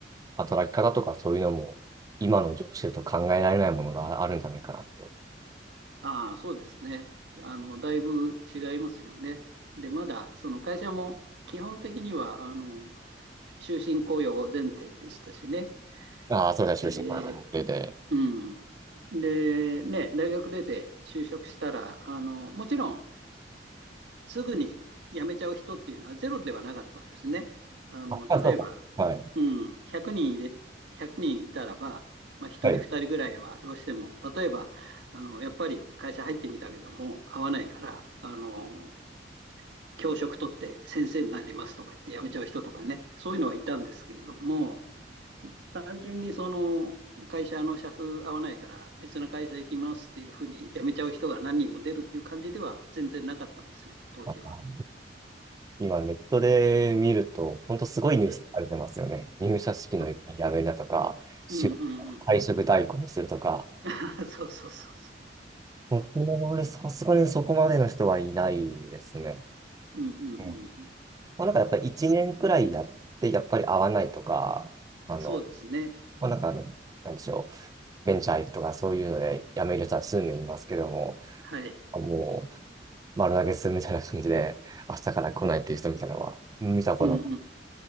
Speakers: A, on the right (about 20°); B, on the right (about 75°).
A: 働き方とかそういうのも、今の上司だと考えられないものがあるんじゃないかなって。
B: ああ、そうですね。あの、だいぶ違いますよね。で、まだその会社も基本的には、あの、終身雇用前提でしたしね。
A: ああ、そうだ、終身こらなってて。
B: で、うん。で、ね、大学出て就職したら、あの、もちろん、すぐに辞めちゃう人っていうのはゼロではなかったんですね。あの、
A: <laughs> あ、
B: 例えば、
A: そうはい。
B: うん、100人入れ、100人いたらば、まあ、1人2人ぐらいはどうしても、
A: はい。
B: 例えば、あの、やっぱり会社入ってみたけども、合わないから、あの、教職取って先生になりますとか言って辞めちゃう人とかね、そういうのはいたんですけれども、単純にその、会社の社風合わないから別の会社行きますっていうふうに辞めちゃう人が何人も出るっていう感じでは全然なかったんですよ、当時は。
A: あの今ネットで見ると、本当すごいニュースされてますよね。
B: え
A: 入社式のやめなとか、
B: そ、
A: 就退職代行するとか。
B: うんうんうん。あ、<laughs> そうそうそうそ
A: 僕もねさすがにそこまでの人はいないですね。
B: う。うんうんうんうん。
A: うん。まあ、なんかやっぱり1年くらいやって、やっぱり合わないとか、あの、
B: そうですね。
A: まあ、なんかあの、なんでしょう、ベンチャー行くとかそういうので辞める人は数名いますけども、
B: はい。
A: あもう丸投げするみたいな感じで、明日から来ないっていう人みたいなのはうん見たことが。
B: うんうん。